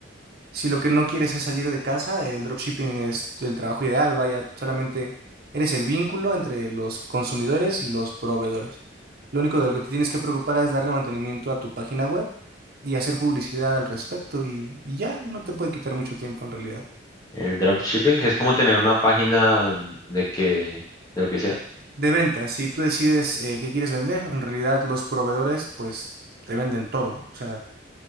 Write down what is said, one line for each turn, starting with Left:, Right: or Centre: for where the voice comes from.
Right: Si lo que no quieres es salir de casa, el dropshipping es el trabajo ideal. Vaya, solamente eres el vínculo entre los consumidores y los proveedores. Lo único de lo que te tienes que preocupar es darle mantenimiento a tu página web y hacer publicidad al respecto y, y ya no te puede quitar mucho tiempo en realidad.
Left: El dropshipping, que es como tener una página de que, de lo que sea.
Right: De ventas, si tú decides eh, qué quieres vender, en realidad los proveedores pues te venden todo. O sea,